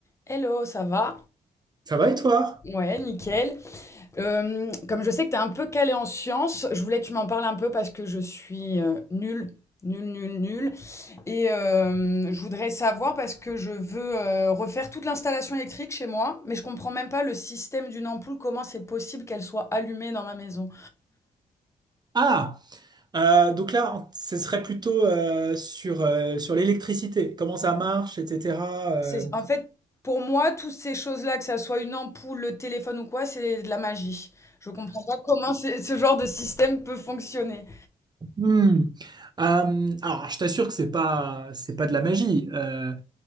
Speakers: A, on the left; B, on the right.
A: Hello, ça va?
B: Ça va et toi?
A: Ouais, nickel. Euh, comme je sais que tu es un peu calé en sciences, je voulais que tu m'en parles un peu parce que je suis euh, nulle, nulle, nulle, nulle. Et euh, je voudrais savoir parce que je veux euh, refaire toute l'installation électrique chez moi, mais je comprends même pas le système d'une ampoule, comment c'est possible qu'elle soit allumée dans ma maison.
B: Ah, euh, donc là, ce serait plutôt euh, sur, euh, sur l'électricité, comment ça marche, etc. euh.
A: C'est, en fait, pour moi, toutes ces choses-là, que ça soit une ampoule, le téléphone ou quoi, c'est de la magie. Je comprends pas comment c'est- ce genre de système peut fonctionner.
B: Hmm. Euh, alors, je t'assure que c'est pas, c'est pas de la magie. Euh,